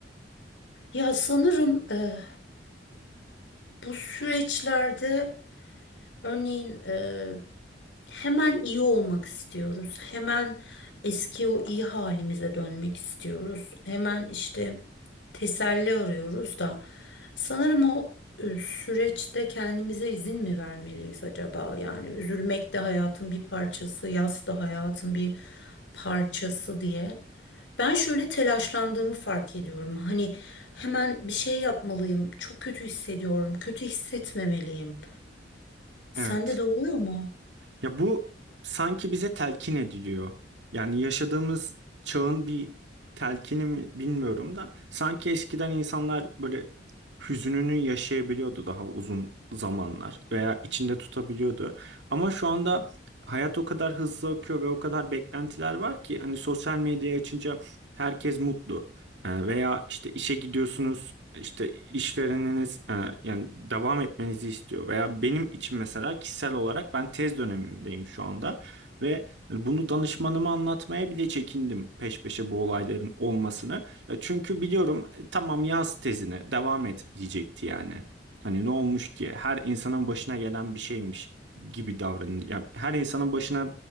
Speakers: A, on the left; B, on the right.
A: Ya sanırım e, bu süreçlerde örneğin e, hemen iyi olmak istiyoruz. Hemen eski o iyi halimize dönmek istiyoruz. Hemen işte teselli arıyoruz da. Sanırım o e, süreçte kendimize izin mi vermeliyiz acaba? Yani üzülmek de hayatın bir parçası, yas da hayatın bir parçası diye. Ben şöyle telaşlandığımı fark ediyorum. Hani hemen bir şey yapmalıyım. Çok kötü hissediyorum. Kötü hissetmemeliyim. Sende
B: Evet.
A: de oluyor mu?
B: Ya bu sanki bize telkin ediliyor. Yani yaşadığımız çağın bir telkini mi bilmiyorum da sanki eskiden insanlar böyle hüzününü yaşayabiliyordu daha uzun zamanlar veya içinde tutabiliyordu. Ama şu anda hayat o kadar hızlı akıyor ve o kadar beklentiler var ki hani sosyal medyayı açınca herkes mutlu. Ee, Veya işte işe gidiyorsunuz işte işvereniniz e, yani devam etmenizi istiyor veya benim için mesela kişisel olarak ben tez dönemimdeyim şu anda ve hani bunu danışmanıma anlatmaya bile çekindim peş peşe bu olayların olmasını. Ya çünkü biliyorum e, tamam yaz tezini devam et diyecekti yani. Hani ne olmuş ki her insanın başına gelen bir şeymiş gibi davranıyor. Ya her insanın başına